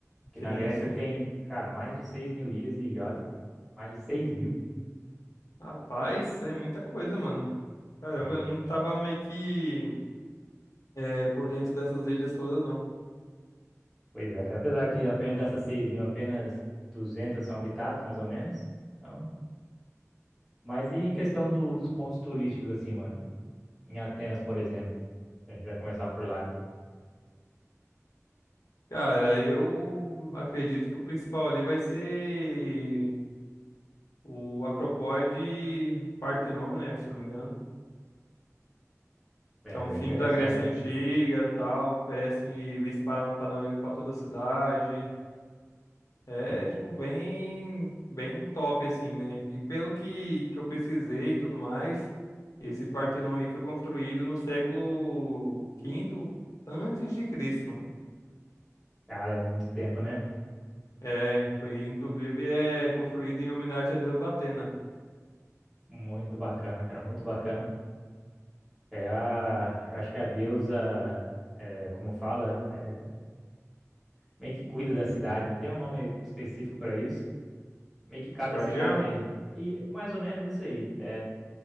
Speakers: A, in the centre; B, on the left (about 85°).
A: Que
B: Sim,
A: na Grécia
B: sim.
A: tem, cara, mais de 6 mil ilhas e ilhotas. né? Mais de 6 mil.
B: Rapaz, é muita coisa, mano. Caramba,
A: Sim.
B: eu não tava meio que é, por dentro dessas ilhas todas, não.
A: Pois é, cara. Apesar que apenas dessas 6 mil, apenas 200 são habitadas, mais ou menos. Então, mas e em questão do- dos pontos turísticos, assim, mano? em Atenas, por exemplo. A gente vai começar por lá. né?
B: Cara, eu acredito que o principal ali vai ser o Acropole de Partenon, né? Se não me engano.
A: É
B: Que é um
A: bem
B: filme
A: interessante,
B: da Grécia
A: né?
B: Antiga, tal, oferece vista pa- panorâmica para toda a cidade. É,
A: É.
B: tipo, bem, bem top, assim, né? E pelo que, que eu pesquisei e tudo mais, esse Partenon aí foi construído no século quinto antes de Cristo, mano.
A: Cara, é muito tempo, né?
B: É, foi, inclusive, é construído em homenagem a Deus Atena.
A: Muito bacana, cara, muito bacana. É a, eu acho que é a deusa, é, como fala, é, meio que cuida da cidade, né? Tem um nome específico para isso. Meio que cada
B: Guardiã?
A: cidade, e mais ou menos isso aí. É,